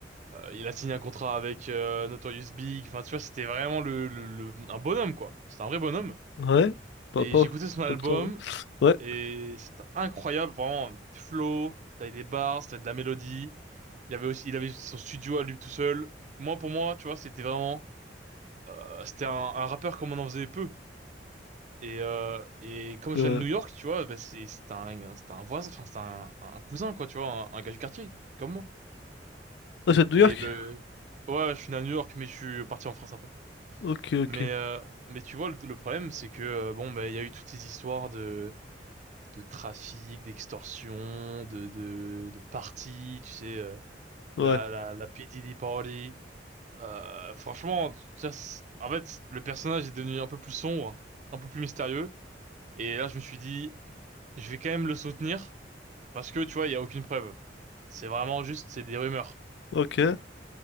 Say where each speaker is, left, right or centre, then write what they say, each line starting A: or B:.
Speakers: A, on the right; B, on the left.
A: Euh, il a signé un contrat avec euh, Notorious Big. Enfin, tu vois, c'était vraiment le, le, le- un bonhomme, quoi. C'était un vrai bonhomme.
B: Ouais. Pas,
A: Et
B: pas
A: j'écoutais son album
B: tant que ça, ouais. Ouais.
A: et c'était incroyable, vraiment. Flow, t'avais des bars, t'avais de la mélodie. Il avait aussi, il avait son studio à lui tout seul. Moi, pour moi, tu vois, c'était vraiment, euh, c'était un, un rappeur comme on en faisait peu. Et, euh, et comme
B: Ouais.
A: je viens de New York, tu vois, bah, c'est, c'est un, c'est un voisin, enfin, c'est un, un cousin, quoi, tu vois, un, un gars du quartier, comme moi.
B: Ah, c'est de New
A: Et
B: York?
A: le, ouais, je suis né à New York, mais je suis parti en France après.
B: Ok, ok.
A: Mais, euh, mais tu vois, le, le problème, c'est que euh, bon, bah, il y a eu toutes ces histoires de, de trafic, d'extorsion, de, de, de parties, tu sais, euh,
B: Ouais.
A: la, la, la P. Diddy Party. Euh, franchement, ça, c'est- en fait, le personnage est devenu un peu plus sombre, un peu plus mystérieux. Et là, je me suis dit, je vais quand même le soutenir parce que tu vois, il y a aucune preuve. C'est vraiment juste, c'est des rumeurs.
B: Ok. Ouais,